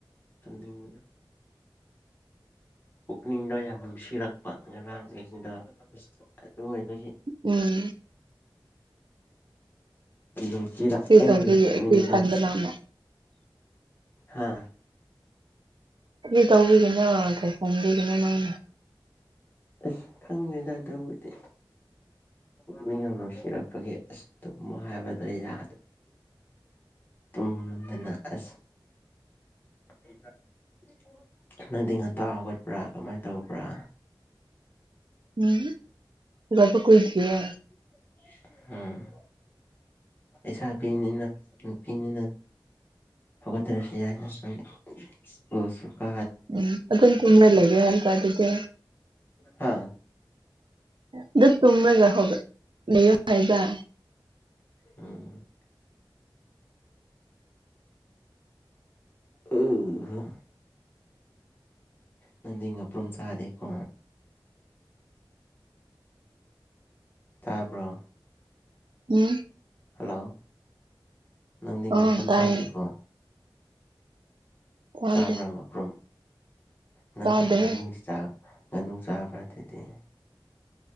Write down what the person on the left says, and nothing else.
ꯁꯥꯝꯊꯤꯡ ꯄꯨꯛꯅꯤꯡꯗꯣ ꯌꯥꯝ ꯅꯨꯡꯁꯤꯔꯛꯄ ꯉꯔꯥꯡꯁꯤꯡꯁꯤꯗ ꯑꯗꯨ ꯑꯣꯏꯕꯒꯤ
ꯅꯨꯡꯁꯤꯔꯛꯑꯦ
ꯄꯨꯛꯅꯤꯡꯗꫭ
ꯍꯥ
ꯑꯁ ꯈꯪꯗꯦꯗ ꯑꯗꯨꯕꯨꯗꯤ ꯄꯨꯛꯅꯤꯡ ꯌꯥꯝ ꯅꯨꯡꯁꯤꯔꯛꯄꯒꯤ ꯑꯁ ꯇꯨꯝꯃꯣ ꯍꯥꯏꯕꯗ ꯌꯥꯗ ꯇꯨꯝꯗꯅ ꯑꯁ <unintelligible> ꯅꯪꯗꯤ ꯉꯟꯇ ꯍꯧꯒꯠꯄ꯭ꯔꯥ ꯀꯃꯥꯏ ꯇꯧꯕ꯭ꯔꯥ
ꯍꯨꯝ ꯫ ꯂꯩꯁꯥꯕꯤꯅꯤꯅ ꯅꯨꯄꯤꯅꯤꯅ ꯍꯧꯒꯠꯇ꯭ꯔꯥꯁꯤ ꯌꯥꯏꯗꯥ ꯁꯨꯝ ꯃꯁꯨꯀꯥ
ꯍꯥꯥ
ꯎꯝ꯫ ꯑꯣ ꯍꫭ ꯅꯪꯗꯤ ꯉꯄ꯭ꯔꯨꯝ ꯆꯥꯗꯦꯀꯣ ꯇꯥꯕ꯭ꯔꯣ
ꯍꯜꯂꯣ ꯅꯪꯗꯤ
ꯉꯄ꯭ꯔꯨꯝ
ꯆꯥꯥꯗꯦꯀꯣ
ꯆꯥꯕ꯭ꯔꯥ ꯉꯄ꯭ꯔꯨꯝ ꯅꯪ
ꯉꯥꯅꯨꯗꯤ ꯆꯥ ꯉꯥꯅꯨ ꯆꯥꯕ꯭ꯔꯥ ꯑꯗꯨꯗꯤ